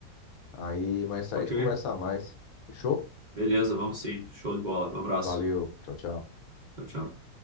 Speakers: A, on the left; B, on the right.
A: Aí mais tarde
B: Ok.
A: a gente conversa mais. Fechou?
B: Beleza, vamos sim. Show de bola. Um abraço.
A: Valeu. Tchau, tchau.
B: Tchau, tchau.